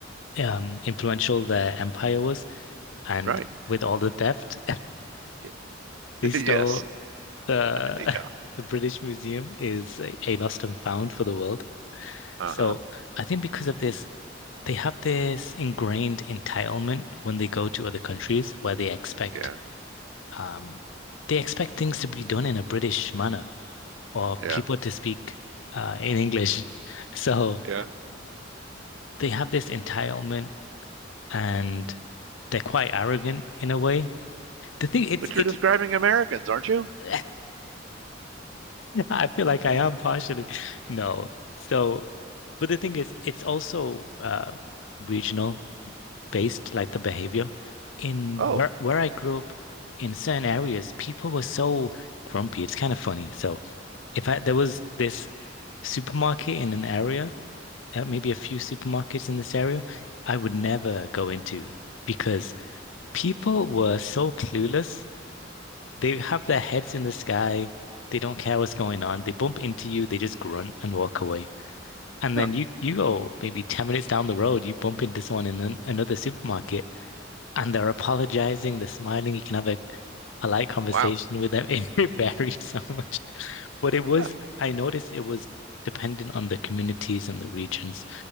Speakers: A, on the left (about 80°); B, on the right (about 70°).
A: um influential their empire was, and
B: right
A: with all the theft,
B: yeah.
A: <laughs> they
B: <laughs>
A: stole
B: yes
A: the
B: yeah
A: <laughs> the British Museum is a a lost and found for the world.
B: uh-huh
A: So I think because of this, they have this ingrained entitlement when they go to other countries where they expect
B: yeah
A: um, they expect things to be done in a British manner or Yeah.
B: yeah
A: people to speak uh, in English. <laughs> So
B: yeah
A: they have this entitlement and they're quite arrogant in a way. The thing it's
B: But
A: it
B: you're describing Americans, aren't you?
A: <laughs> I feel like I am partially no. So but the thing is it's also uh, regional. based like the behavior. In
B: Oh,
A: where where I grew up, in certain areas, people were so grumpy. It's kind of funny. So if I there was this supermarket in an area, uh, maybe a few supermarkets in this area, I would never go into because people were so clueless. They have their heads in the sky. They don't care what's going on. They bump into you, they just grunt and walk away. And
B: huh.
A: then you you go maybe 10 minutes down the road, you bump into someone in an, another supermarket and they're apologizing, they're smiling. You can have a polite conversation
B: Wow.
A: with them. <laughs> It varied so much. But it was,
B: Huh.
A: I noticed it was dependent on the communities and the regions